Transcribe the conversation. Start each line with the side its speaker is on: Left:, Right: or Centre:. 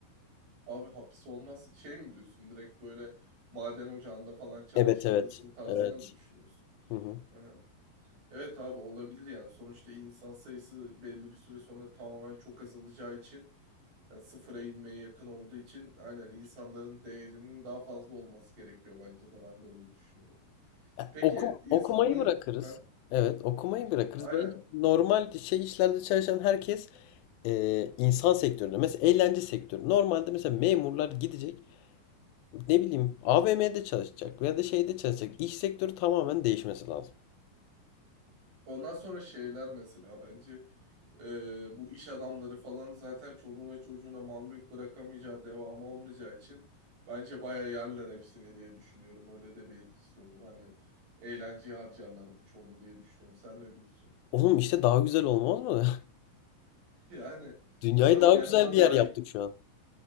Right: Abi hapis olmaz şey mi diyorsun? Direkt böyle maden ocağında falan çalıştırılsın
Left: Evet evet.
Right: tarzına
Left: Evet.
Right: mı düşünüyorsun?
Left: Hı hı.
Right: Aha. Evet abi olabilir yani. Sonuçta insan sayısı belli bir süre sonra tamamen çok azalacağı için Yani sıfıra inmeye yakın olduğu için aynen insanların değerinin daha fazla olması gerekiyor bence de ben de öyle düşünüyorum.
Left: Ya,
Right: Peki
Left: Oku,
Right: insanın
Left: okumayı bırakırız.
Right: ha
Left: Evet, okumayı bırakırız.
Right: aynen.
Left: Bence normal şey işlerde çalışan herkes eee, insan sektöründe, mesela eğlence sektörü. Normalde mesela memurlar gidecek, ne bileyim AVM'de çalışacak veya da şeyde çalışacak. İş sektörü tamamen değişmesi lazım.
Right: Ondan sonra şeyler mesela bence e, bu iş adamları falan zaten çoluğuna çocuğuna mal mülk bırakamayacağı devamı olmayacağı için bence bayağı yerler hepsini diye düşünüyorum. Öyle de bir etkisi olur. Hani eğlenceye harcarlar birçoğunu diye düşünüyorum. Sen ne diyorsun? <laughs>
Left: Oğlum işte daha güzel olmaz mı?
Right: Yani
Left: <laughs> Dünyayı
Right: doğru
Left: daha
Right: bir
Left: güzel
Right: yandan
Left: bir yer
Right: daha
Left: yaptık şu an.